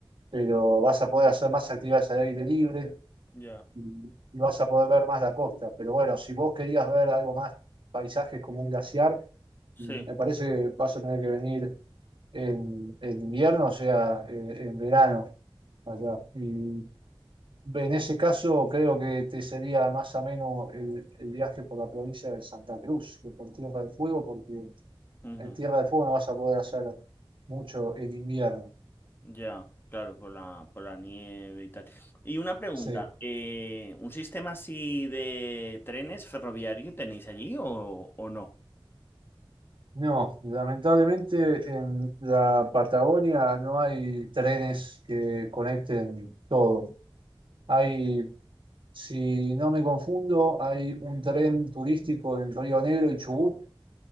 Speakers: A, on the right (about 60°); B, on the left (about 25°).
A: pero vas a poder hacer más actividades al aire libre
B: Ya,
A: y y vas a poder ver más la costa. Pero bueno, si vos querías ver algo más, paisajes como un glaciar,
B: sí,
A: mm, me parece que vas a tener que venir en, en invierno, o sea, eh, en verano allá. Y en ese caso, creo que te sería más ameno el, el viaje por la provincia de Santa Cruz que por Tierra del Fuego, porque
B: ujú,
A: en Tierra del Fuego no vas a poder hacer mucho en invierno.
B: Ya, claro, por la, por la nieve y tal. Y una pregunta,
A: Sí.
B: eh, ¿un sistema así de trenes ferroviario tenéis allí o, o no?
A: No, lamentablemente en la Patagonia no hay trenes que conecten todo. Hay, si no me confundo, hay un tren turístico en Río Negro y Chubut